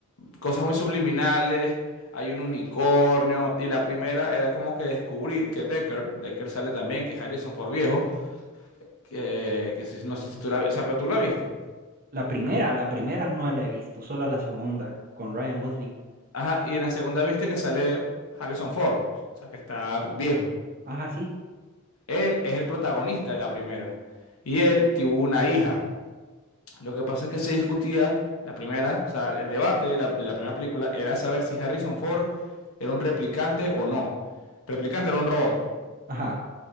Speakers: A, on the left; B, on the right.
A: cosas muy subliminales, hay un unicornio. Y la primera era como que descubrir que Decker, Decker sale también, que es Harrison Ford viejo, que, que si- no sé si tú la, vi- o sea, pero tú la viste.
B: la primera, la primera no la he visto, solo la segunda con Ryan Gosling.
A: Ajá, y en la segunda viste que sale Harrison Ford, o sea, que está viejo.
B: Ajá, sí,
A: Él es el protagonista de la primera. Y él tuvo una hija. Lo que pasa es que se discutía la primera, o sea, el debate de la, de la primera película era saber si Harrison Ford era un replicante o no. Replicante era un robot.
B: ajá,